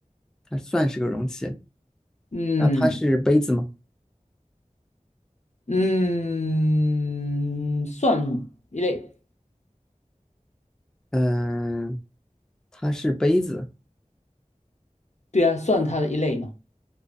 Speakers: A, in the centre; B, on the left.
A: 它算是个容器。
B: 嗯。
A: 那它是杯子吗？
B: 嗯，算一类，
A: 嗯，它是杯子。
B: 对啊，算它的一类嘛。